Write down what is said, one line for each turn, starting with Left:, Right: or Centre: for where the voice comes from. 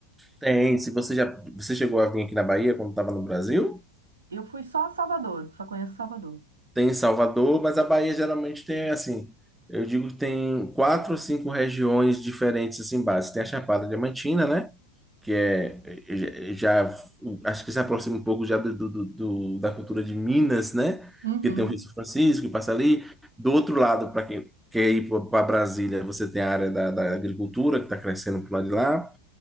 Centre: Tem, se você já você chegou a vir aqui na Bahia quando estava no Brasil,
Right: Eu fui só a Salvador, só conheço Salvador.
Centre: tem em Salvador, mas a Bahia geralmente tem assim, eu digo que tem quatro ou cinco regiões diferentes assim básicas. Tem a Chapada Diamantina, né? Que é eh, já acho que se aproxima um pouco já do, do- do- do- da cultura de Minas, né?
Right: Uhum.
Centre: Que tem o Rio São Francisco que passa ali. Do outro lado, para quem quer ir para Brasília, você tem a área da, da agricultura que está crescendo para lado de lá.